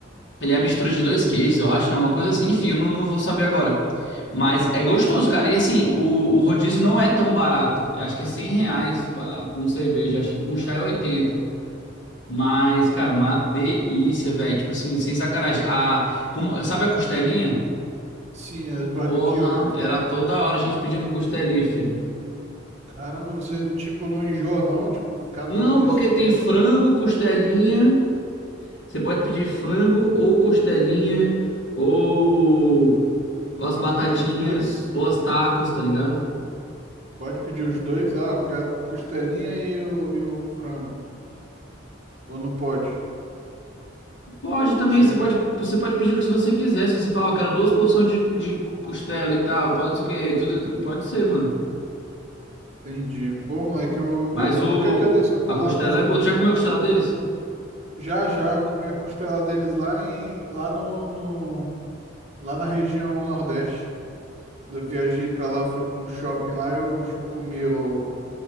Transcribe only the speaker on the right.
É,
sim, é de barbecue,
né?
Caramba, você, tipo, não enjoa, não? Tipo, ficar
num rodízio
que
tem.
Pode
pedir os dois?
Pode pedir os dois? Ah, eu quero costelinha e o, e o frango. Ou não pode?
Chega.
Entendi. Pô, moleque, eu, eu vou.
Qualquer dia desse eu vou
lá, mas eu
vou
pe-
já já comer a costela deles lá em lá no, no- lá na região Nordeste. Quando eu viajei pra lá, fui pra um shopping lá, eu comi o